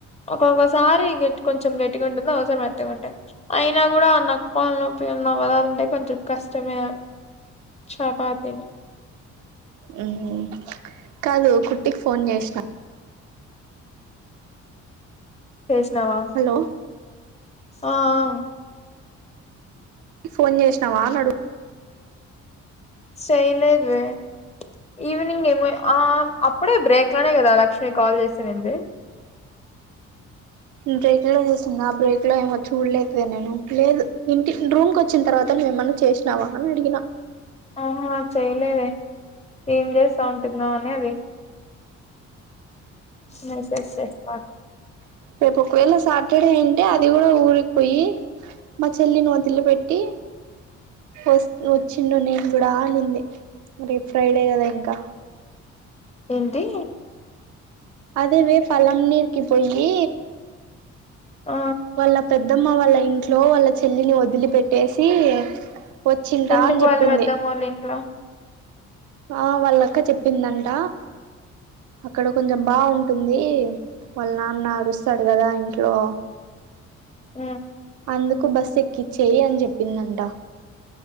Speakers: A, on the left (about 20°); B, on the right (about 75°).
A: ఒక్కొక్కసారి గట్టి, కొంచెం గట్టిగా ఉంటుంది. ఒకోసారి మెత్తగాంటాయి. అయినా గు కూడా నప్పా పాల నొప్పి అన్నావ్ కదా, <unintelligible> కొంచెం కష్టమే అవి. చపాతీని
B: ఉమ్, కాదు కుట్టికి ఫోన్ జేసిన
A: చేసినవా,
B: హలో
A: ఆ ఆ
B: ఫోన్ చేసినావా అనడు
A: సేయ్లేదే వే ఈవినింగ్ ఏమో, ఆ అప్పుడే బ్రేక్ లోనే కదా లక్ష్మి కాల్ చేసినినింది.
B: బ్రేక్ లోనే చేసిందా, ఆ బ్రేక్ లో ఏమో చూడలేదు వే నేను. లేదు ఇంటి, రూమ్ కు ఓచ్చిన తర్వాత మేము ఏమన్నా చేసినావా అని అడిగిన.
A: ఆహా చేయలేదే, ఏం జేస్తా ఉంటుందో అని అది. మెసేజ్ చేయి <unintelligible>
B: రేపు ఒకవేళ సాటర్డే ఉంటే, అది కూడా ఊరికి పోయి, మా చెల్లి నీ ఓదిలి పెట్టి, ఓస్త్ వచ్చిండు నేను కూడా అనింది. రేప్ ఫ్రైడే కదా ఇంకా.
A: ఏంటి
B: అదేవే పలంనీరుకి పోయ్యి
A: ఆ
B: వాళ్ళ పెద్దమ్మ వాళ్ళ ఇంట్లో, వాళ్ళ చెల్లిని వదిలి పెట్టేసి వచ్చింటా
A: ఎందుకు
B: అని జెప్పింది.
A: వాళ్ళ పెద్దమ్మ వాళ్ళ ఇంట్లో
B: ఆ వాళ్ళక్క చెప్పిందంట, అక్కడ కొంచెం బావుంటుంది. వాళ్ళ నాన్న అరుస్తాడు గదా ఇంట్లో.
A: ఉమ్
B: అందుకు, బస్సు ఎక్కిచ్చేయి అని జెప్పిందంట.